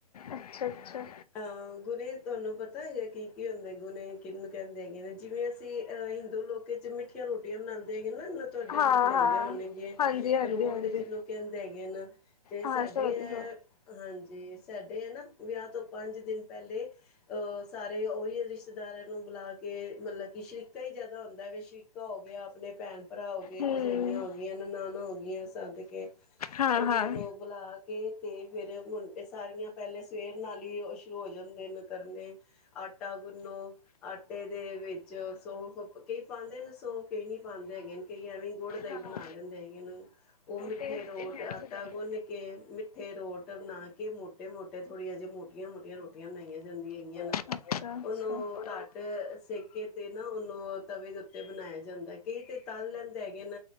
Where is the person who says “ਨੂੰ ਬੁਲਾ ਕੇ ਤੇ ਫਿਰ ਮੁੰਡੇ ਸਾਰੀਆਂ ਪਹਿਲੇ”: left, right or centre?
Centre